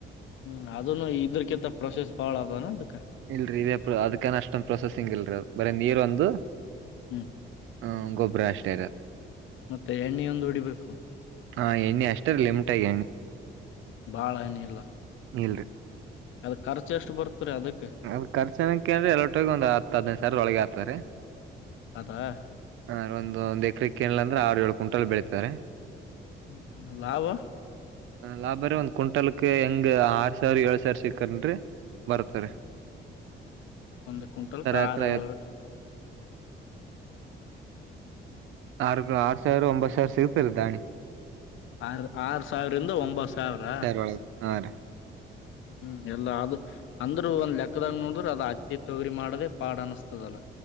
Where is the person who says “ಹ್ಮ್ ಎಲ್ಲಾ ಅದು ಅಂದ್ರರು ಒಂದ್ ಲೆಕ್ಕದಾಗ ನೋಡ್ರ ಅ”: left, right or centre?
Left